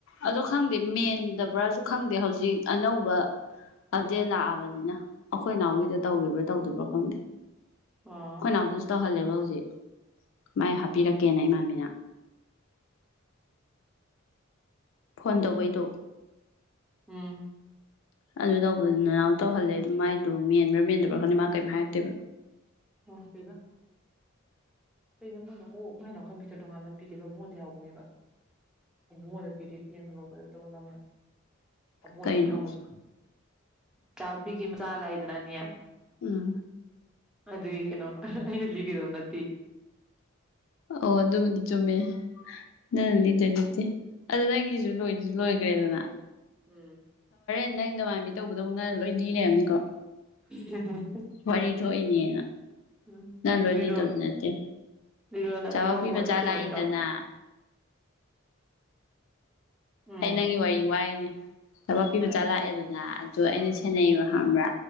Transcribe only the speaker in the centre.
ꯑꯣ
ꯎꯝ
ꯃꯁꯦꯗ ꯀꯩꯅꯣ ꯃꯣꯏꯅ ꯑꯣ ꯃꯥꯏꯅ ꯀꯝꯄ꯭ꯌꯨꯇꯔ ꯇꯣꯉꯥꯟꯅ ꯄꯤꯒꯦꯈꯤꯕ ꯃꯉꯣꯟꯗ ꯌꯥꯎꯕꯅꯦꯕ ꯃꯗ ꯄꯤꯗꯤꯁꯤꯤꯡꯕ ꯇ ꯅ ꯑꯕꯣꯗꯤ
ꯌꯥ ꯍꯪꯉꯨꯁꯨ ꯆꯥꯛꯕꯤꯒꯤ ꯃꯆꯥ ꯂꯥꯛꯏꯗꯅꯅꯤ
ꯑꯗꯨ ꯀꯩꯅꯩꯅꯣ ꯑꯩꯅ ꯂꯤꯒꯦꯗ ꯅ
ꯎꯝ
ꯎꯝ ꯎꯝ
ꯎꯝ
ꯂꯤꯔꯣ
ꯂꯤꯔꯣ ꯅꯪ
ꯂꯨꯍꯣꯡꯕ
ꯆꯠꯇꯣꯏ
ꯅꯠꯇ꯭ꯔꯣ ꯎꯝ
ꯍꯣꯏ
ꯎꯝ